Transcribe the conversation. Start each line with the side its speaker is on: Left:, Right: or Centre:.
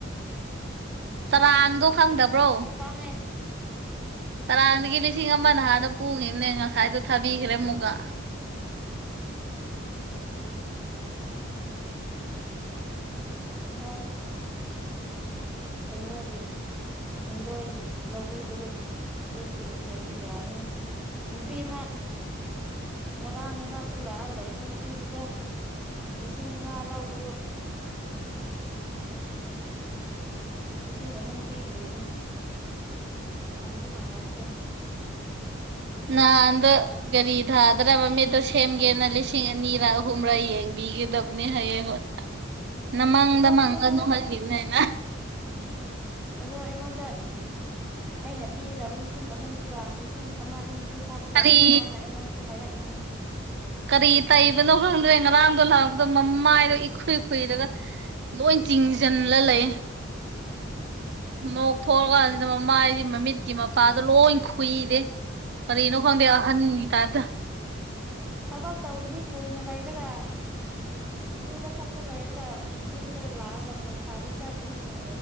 Right: ꯆꯔꯥꯡꯗꯣ ꯈꯪꯗꯕ꯭ꯔꯣ
Centre: ꯈꯪꯉꯦ
Right: ꯆꯔꯥꯡꯗꯒꯤ ꯂꯤꯁꯤꯡ ꯑꯃ ꯅꯍꯥꯟꯗ ꯄꯨꯈꯤꯕꯅꯦ ꯉꯁꯥꯏꯗꯣ ꯊꯥꯕꯤꯈ꯭ꯔꯦ ꯑꯃꯨꯛꯀ
Centre: ꯢꯁꯥꯁꯨ ꯑꯁ ꯀꯩꯅꯣꯒꯤ ꯁꯦꯟꯗꯣꯏꯒꯤ ꯂꯧꯕꯤꯕꯗꯣ ꯑꯗꯨ ꯁꯤꯡꯗ꯭ꯔꯗꯤ ꯌꯥꯔꯔꯣꯏ ꯅꯨꯄꯤ ꯑꯃ ꯉꯔꯥꯡ ꯅꯥꯅꯥꯛꯇ ꯂꯥꯛꯑ ꯂꯩꯕ ꯅꯨꯄꯤꯗꯨꯗ ꯂꯤꯁꯤꯡ ꯃꯉꯥ ꯂꯧꯕꯗꯨ ꯂꯤꯁꯤꯡ ꯑꯍꯨꯝ ꯄꯤꯗ꯭ꯔꯤꯕꯅꯤ ꯍꯪꯁꯨ ꯍꯪꯉꯛꯇꯦ
Right: ꯅꯍꯥꯟꯗ ꯀꯥꯔꯤ ꯊꯥꯗꯔ ꯃꯃꯤꯠꯇꯣ ꯁꯦꯝꯒꯦꯅ ꯂꯤꯁꯤꯡ ꯑꯅꯤꯔ ꯑꯍꯨꯝꯔꯥ ꯌꯦꯡꯕꯤꯒꯗꯕꯅꯦ ꯍꯌꯦꯡ ꯑꯩꯉꯣꯟꯗ ꯅꯃꯪꯗ
Centre: ꯑꯩꯉꯣꯟꯗꯁꯨ
Right: ꯃꯪꯒꯅꯨ
Centre: ꯍꯥꯏꯔꯛꯄꯅꯦ
Right: ꯍꯥꯢꯒꯤꯕꯅꯦ ꯑꯩꯅ
Centre: ꯑꯗꯣ ꯑꯩꯉꯣꯟꯗ ꯑꯩꯅ ꯄꯤꯒꯗꯕ ꯂꯤꯁꯤꯡ ꯑꯍꯨꯝꯗꯨꯒ ꯂꯤꯁꯤꯡ ꯑꯃ ꯑꯅꯤꯗꯤ ꯍꯥꯞ ꯍꯥꯞꯀꯗꯝꯅꯤ
Right: ꯀꯔꯤ
Centre: ꯍꯥꯏꯅ ꯑꯩꯉꯣꯟꯗꯁꯨ ꯍꯥꯏꯔꯛꯏꯅꯤ
Right: ꯀꯔꯤ ꯇꯩꯕꯅꯣ ꯈꯪꯗ꯭ꯔꯦ ꯉꯔꯥꯡꯗꯣ ꯂꯥꯛꯄꯗꯣ ꯃꯃꯥꯏꯗꯣ ꯏꯈꯨꯏ ꯈꯨꯏꯔꯒ ꯂꯣꯏ ꯆꯤꯡꯖꯤꯜꯂ ꯂꯩꯌꯦ ꯅꯣꯛ ꯊꯣꯔꯥ ꯀꯥꯟꯁꯤꯗ ꯃꯃꯥꯏꯁꯤ ꯃꯃꯤꯠꯀꯤ ꯃꯄꯥꯗꯣ ꯂꯣꯏ ꯈꯨꯏꯔꯦ ꯀꯔꯤꯅꯣ ꯈꯪꯗꯦ ꯑꯍꯟꯒꯤ ꯇꯥꯢꯞꯇ
Centre: ꯊꯕꯛ ꯇꯧꯗꯕꯤ ꯀꯨꯏꯅ ꯂꯩꯔꯒ ꯑꯗꯨꯗ ꯈꯛꯇ ꯂꯩꯔꯒ ꯌꯨꯝꯗ ꯂꯥꯛꯑꯒ ꯅꯨꯡꯁꯥꯗ ꯆꯠꯄꯅꯤꯅ